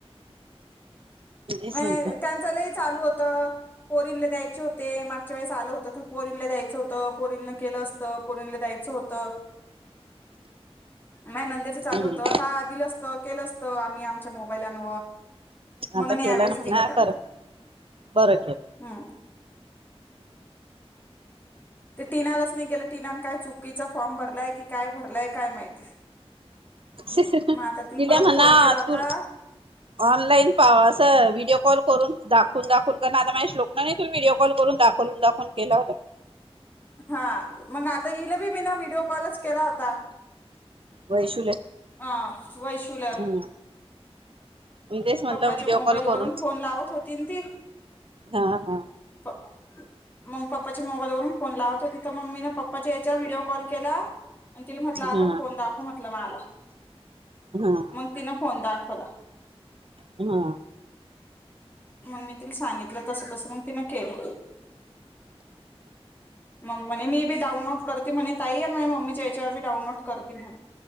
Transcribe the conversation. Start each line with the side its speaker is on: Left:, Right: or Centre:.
Left: म
Right: समजा
Left: त्यांचा चालू होत पोरीनला द्यायचे होते मागच्या वेळेस आलं होतं तर पोरीनला द्यायचं होतं पोरीन न केलं असत पोरीनला द्यायचं होत नाही नंदेचं चालू
Right: हम्म
Left: होतं हा दिल असतं केलं असतं आम्ही आमच्या मबाईलान म्हणून
Right: आता केलं
Left: यावेळेस
Right: ना म्हणा
Left: दिलं त्याना
Right: कर बरं
Left: हम् ते टीनालाच नाही केलं टीनान काय चुकीचा फॉर्म भरलाय की काय भरलाय काय माहिती
Right: तिला
Left: मग आता परत
Right: म्हणा
Left: फोन केला होता
Right: तू ऑनलाईन पा अस व्हिडिओ कॉल करून दाखवून दाखवून कर आता माझ श्लोकनाने त व्हिडिओ कॉल करून दाखवून दाखव केला होतता
Left: हा मग आता इल बी मी ना विडओ कॉलच केला होता
Right: वैशूला
Left: हां वैसला
Right: हम्म मी तेच म्हटलं
Left: पप्पाच्या
Right: व्हिडिओ
Left: मोबाईल
Right: कॉल
Left: वरून
Right: करून
Left: फोन लावत होती ती
Right: हा हा
Left: प मग पप्पाच्या मोबाईल वून फोन लावत होती तर मग मी ना पप्पाच्या याच्यावर व्हिडिओ कॉल केला आणि तिला म्हटलं
Right: हा
Left: आता फोन दाखव म्हटलं मला
Right: हा हा
Left: मग तिनं फोन दाखव खोला
Right: हा
Left: मग मी तिला सांगितलं तस कसं मण तिन केलं मग म्हणे मी बी डाउनलोड करते म्हणे ताई आणि मम्मीच्या यांच्यावर बी डाऊनलोड करते म्हणे